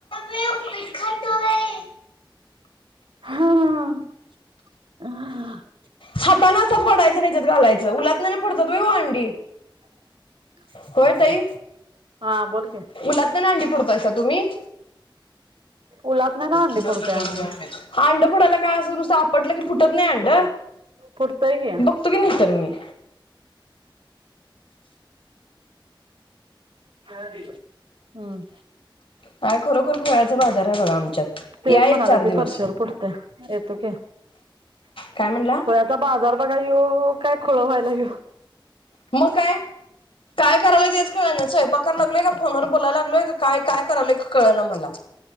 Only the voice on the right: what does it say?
हा....... हा.... <unintelligible>
<unintelligible>
हा.. बोल की.
उलातन्यान अंडी
फोडतोय
आम्ही.
फुटतय की...
काय दिल.. हम्म....
तेच
म्हणाले
ते
पावशर पुरतया.. येतो की..
खुळ्याचा बाजार बघा ह्यो- ह्यो काय खुळ व्हायलय.